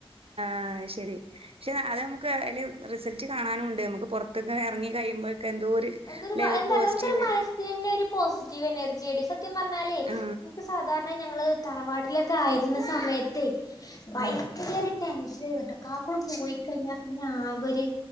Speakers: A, on the right; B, on the left.
A: ആ് ശരി പക്ഷെ അത് നമുക്ക് അല് റിസൾട്ട് കാണാനും ഇണ്ട്. നമുക്ക് പുറത്തൊക്കെ ഇറങ്ങി കഴിയുമ്പോ എന്തോ ഒരു
B: എന്തൊരു
A: ല്ലെ
B: എന്താറിയോ
A: ഒരു പോസിറ്റീവ്
B: നമുക്കൊരു മനസ്സിനന്നെ ഒരു പോസിറ്റീവ് എനർജി എടി സത്യം പറഞ്ഞാലേ
A: ആ
B: നക്ക് സാധാരണ ഞങ്ങള് തറവാട്ടിലൊക്കെ ആയിരുന്ന സമയത്ത് ഭയങ്കര
A: ഉം
B: ടെൻഷൻ ആയിരുന്നു കേട്ടോ കാക്കൂടെ പോയി കഴിഞ്ഞാൽ പിന്നെ ആകെ ഒരു